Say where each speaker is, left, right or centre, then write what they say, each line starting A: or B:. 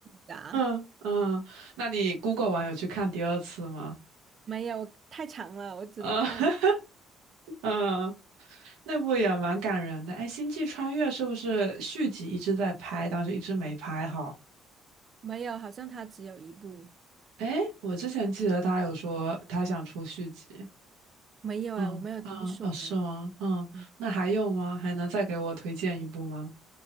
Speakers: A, on the right (about 45°); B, on the right (about 85°).
A: 啊，
B: 嗯嗯，那你 Google 完有去看第二次吗？
A: 没有，太长了，我只能看一
B: 嗯 <laughs> 嗯，那部也蛮感人的。哎，《星际穿越》是不是续集一直在拍，但是一直没拍好？
A: 没有，好像它只有一部。
B: 哎，我之前记得他有说他想出续集。
A: 没有哎，
B: 嗯啊哦，
A: 我没有听说哎。
B: 是吗？嗯，
A: 嗯，
B: 那还有吗？还能再给我推荐一部吗？